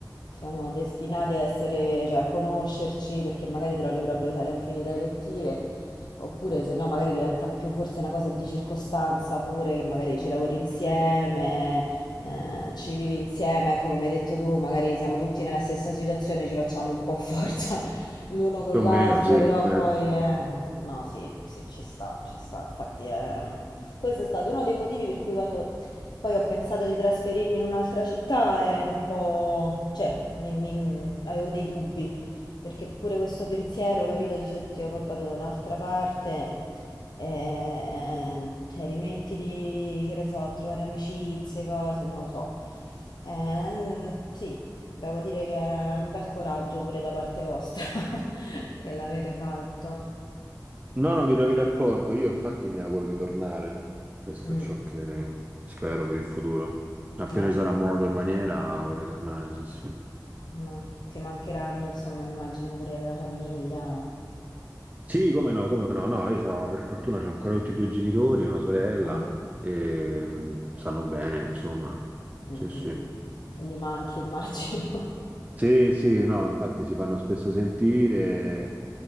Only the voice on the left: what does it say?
siamo destinati a essere, cioè a conoscerci perché magari trovi proprio sale affinità elettive, oppure se no magari diventa più forse una cosa di circostanza pure, che magari ci lavori insieme, eh, ci vivi insieme, ecco come hai detto tu, magari siamo tutti nella stessa situazione, ci facciamo un po' forza <laughs> l'uno con
l'altro,
però poi eh, no, sì, sì, ci sta, ci sta, infatti è questo è stato uno dei motivi per cui quando poi ho pensato di trasferirmi in un'altra città ero un po'... cioè, mi- mi- avevo dei dubbi, perché pure questo pensiero, capito, dici, oddio, ma vado da un'altra parte, eh, cioè, rimettiti, che ne so, a trovare amicizie, cose, non lo so. Eh, sì, devo dire che è un bel coraggio pure da parte vostra <laughs> che l'avete fatto.
Mm,
eh.
Ma ti mancheranno, insomma, immagino pure la famiglia.
Ah,
mm,
mm, mm. E li manchi, immagino. <laughs>